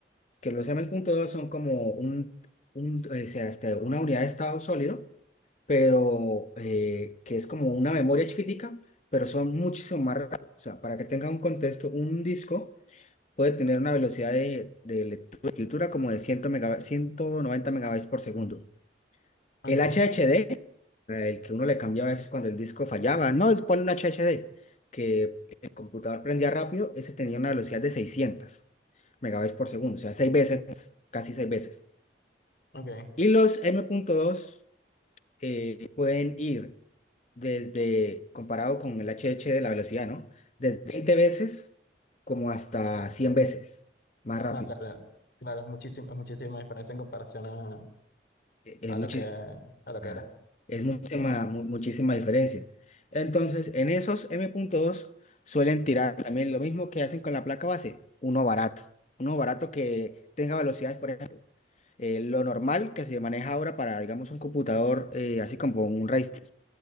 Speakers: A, on the left; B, on the left.
A: que los M punto dos son como un, un, o sea, este, una unidad de estado sólido pero eh, que es como una memoria chiquitica, pero son muchísimo más rápidos. O sea, para que tenga un contexto, un disco puede tener una velocidad de, de lectura, escritura como de 100 mega- 190 megabytes por segundo.
B: ok,
A: El HHD, eh, el que uno le cambiaba a veces cuando el disco fallaba, no, es ponle un HHD, que el computador prendía rápido, ese tenía una velocidad de 600 megabytes por segundo, o sea, seis veces, casi seis veces.
B: ok.
A: Y los M.2 eh, pueden ir desde, comparado con el H H de la velocidad, ¿no? Desde 20 veces como hasta 100 veces más rápido.
B: No, claro, claro, es muchísimo, es muchísima diferencia en comparación a,
A: Eh, eh,
B: a
A: muchi-
B: lo que, a lo
A: Ah,
B: que era.
A: es muchísima, mu- muchísima diferencia. Entonces, en esos m punto dos suelen tirar también lo mismo que hacen con la placa base, uno barato, uno barato que tenga velocidades, por ejemplo, eh, lo normal que se maneja ahora para, digamos, un computador eh, así como un Ryzen